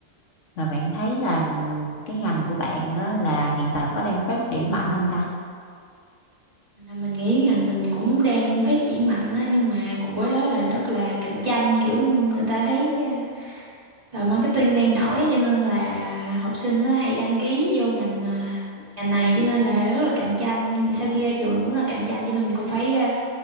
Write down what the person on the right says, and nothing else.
là mình nghĩ ngành mình cũng đang phát triển mạnh á nhưng mà cùng với đó là rất là cạnh tranh kiểu người ta thấy à, marketing đang nổi á, cho nên là học sinh nó hay đăng ký vô ngành à, ngành này cho nên là rất là cạnh tranh sau khi ra trường cũng là cạnh tranh cho nên mình cũng phải à,